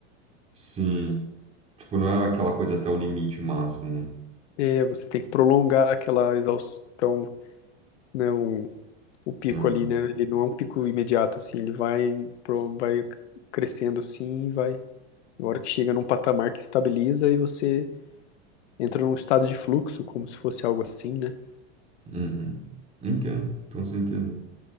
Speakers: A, on the right; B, on the left.
A: Sim. Tipo, não é aquela coisa até o limite máximo, né?
B: É, você tem que prolongar aquela exaustão, né? O, o pico
A: Uhum,
B: ali, né? Ele não é um pico imediato, assim. Ele vai, pro- vai crescendo, assim, e vai. Na hora que chega num patamar que estabiliza e você entra num estado de fluxo, como se fosse algo assim, né?
A: uhum. Entendo, então você entendeu.